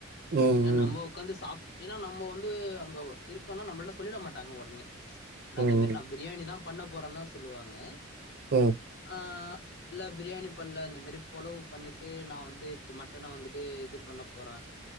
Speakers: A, on the right; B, on the left.
A: ம்
B: ஏ நம்ம உக்காந்து சாப் ஏன்னா நம்ம வந்து அங்க இருக்கன்னா நம்மள்ட்ட சொல்லிட மாட் டாங்க ஒடனே நா
A: ம் ம்
B: அந்த மேரி நா பிரியாணிதாம் பண்ண போறந்தா சொல்லுவாங்க
A: ம்
B: ஆ இல்ல பிரியாணி பண்ல இந்த மேரி புலாவ் பண்ணிட்டு நா வந்து மட்டன வந்துட்டு இது பண்ண போற